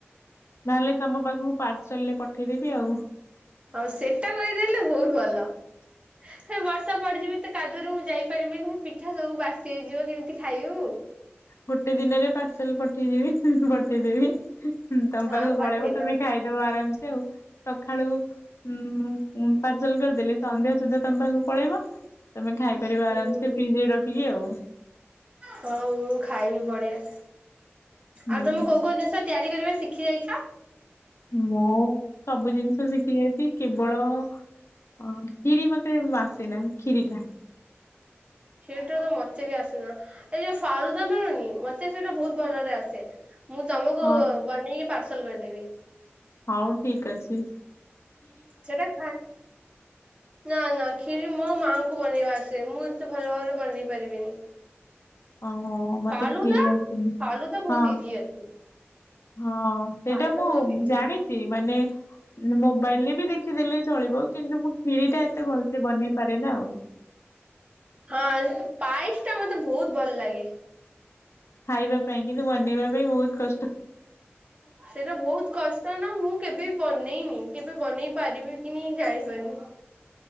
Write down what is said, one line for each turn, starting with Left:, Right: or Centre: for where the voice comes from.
Left: ନହେଲେ ତମ ପାଖକୁ ପାର୍ସଲରେ ପଠେଇଦେବି ଆଉ।
Right: ହଉ ସେଟା କରିଦେଲେ ବହୁତ୍ ଭଲ। ସେ ବର୍ଷା କୁଆଡେ ଯିବ ତ କାଦୁରେ ମୁଁ ଯାଇପାରିବିନି, ମୁଁ ପିଠା ସବୁ ବାସି ହେଇଯିବ। କେମିତି ଖାଇବୁ?
Left: ଗୋଟେ ଦିନରେ ପାର୍ସଲ ପଠେଇଦେବି ପଠେଇଦେବି। ତମ
Right: ହଁ
Left: ପାଖକୁ
Right: ପଠେଇଦବ
Left: ପଳେଇବ ତମେ ଖାଇଦବ ଆରାମସେ ଆଉ। ସଖାଳୁ ହୁଁ ପାର୍ସଲ କରିଦେଲି ସନ୍ଧ୍ୟା ସୁଦ୍ଧା ତମ ପାଖକୁ ପଳେଇବ, ତମେ ଖାଇ କରିବ
Right: ହୁଁ
Left: ଆରାମ୍ ସେ ଫ୍ରିଜରେ ରଖିକି ଆଉ।
Right: ହଉ ମୁଁ ଖାଇବି ବଢିଆ,
Left: ହୁଁ
Right: ଆଉ ତମେ କୋଉ କୋଉ ଜିନିଷ ତିଆରି କରିବା ଶିଖି ଯାଇଛ?
Left: ମୁଁ ସବୁ ଜିନିଷ ଶିଖି ଯାଇଛି, କେବଳ ଓ କ୍ଷୀରି ମତେ ଆସେନା କ୍ଷୀରିଟା।
Right: ସେଇଟା ବି ମତେ ବି ଆସେନା। ଏଇ ଯୋଉ ଫାଲୁଦା ମିଳୁନି, ମତେ ସେଇଟା ବହୁତ ଭଲରେ ଆସେ। ମୁଁ ତମକୁ
Left: ହଁ
Right: ବନେଇକି ପାର୍ସଲ କରିଦେବି।
Left: ହଉ ଠିକଅଛି।
Right: ସେଟା ଖାଁ ନା ନା କ୍ଷୀରି ମୋ ମାଆଙ୍କୁ ବନେଇବା ଆସେ ମୁଁ ଏତେ ଭଲ ଭାବରେ ବନେଇ ପାରିବିନି।
Left: ଓହୋ ମତେ
Right: ଫାଲୁଦା
Left: କ୍ଷୀରି ଅସିନି
Right: ଫାଲୁଦା ବହୁତ
Left: ହଁ।
Right: ଇଜି ଅଛି
Left: ହଁ ସେଇଟା
Right: ଫାଲୁଦା
Left: ମୁଁ
Right: ବହୁତ ଇଜି।
Left: ଜାଣିଚି ମାନେ ଉ ମୋବାଇଲରେ ବି ଦେଖିଦେଲେ ଚଳିବ କିନ୍ତୁ ମୁଁ କ୍ଷିରୀଟା ଏତେ ଭଲସେ ବନେଇ ପାରେନା ଆଉ।
Right: ହଁ ପାଇସଟା ମତେ ବୋହୁତ ଭଲଲାଗେ।
Left: ଖାଇବା ପାଇଁ କିନ୍ତୁ ବନେଇବା ପାଇଁ ବୋହୁତ କଷ୍ଟ।
Right: ସେଇଟା ବୋହୁତ କଷ୍ଟ ନା ମୁଁ କେବେବି ବନେଇନି କେବେ ବନେଇ ପାରିବି କି ନି ଜାଣିପାରୁନି।